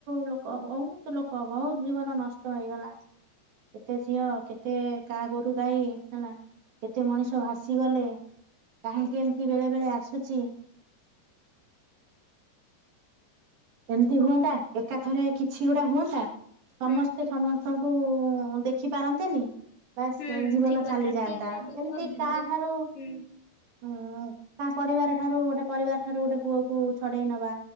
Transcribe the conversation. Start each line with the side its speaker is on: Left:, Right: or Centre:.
Right: ଲୋକ ବହୁତ ଲୋକ ବହୁତ ଜୀବନ ନଷ୍ଟ ହେଇଗଲା। କେତେ ଝିଅ କେତେ କା ଗୋରୁ ଗାଈ ହେଲା କେତେ ମଣିଷ ଭାସିଗଲେ କାହିଁକି ଏମତି କି ବେଳେବେଳେ ଆସୁଚି ଏମିତି ହୁଅନ୍ତା ଏକା ଥରେ କିଛି ଗୋଟା ହୁଅନ୍ତା ସମସ୍ତେ
Left: ହୁଁ
Right: ସମସ୍ତଙ୍କୁ ଦେଖି ପାରନ୍ତେନି ବାସ
Left: ହୁଁ
Right: ଜୀବନ
Left: ଠିକ କଥା
Right: ଚାଲିଯାଆନ୍ତା
Left: କେହି କାହା ଦୁଃଖ
Right: ଏମିତି କାହା ଠାରୁ ଉଁ
Left: ହୁଁ
Right: କା ପରିବାର ଠାରୁ ଗୋଟେ ପରିବାର ଠାରୁ ଗୋଟେ ପୁଅକୁ ଛଡେଇ ନବା